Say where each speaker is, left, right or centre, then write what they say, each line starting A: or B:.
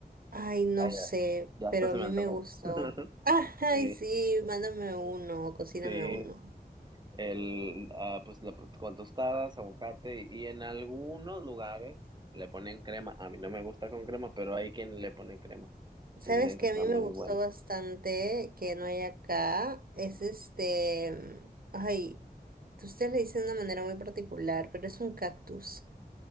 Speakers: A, on the right (about 65°); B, on the right (about 25°).
A: Ay, no
B: Ah, ya,
A: sé,
B: ya
A: pero
B: hasta se
A: a mí
B: me antojó.
A: me gustó.
B: <laughs>
A: Ay,
B: Sí,
A: sí, mándame uno, cocíname
B: sí.
A: uno.
B: El, ah, pues la- con tostadas, aguacate y, y en algunos lugares le ponen crema. A mí no me gusta con crema, pero hay quien le pone crema.
A: Sabes
B: y dicen que
A: que
B: está
A: a mí
B: muy
A: me gustó
B: bueno.
A: bastante que no hay acá, es este, ay, ustedes le dicen de una manera muy particular, pero es un cactus.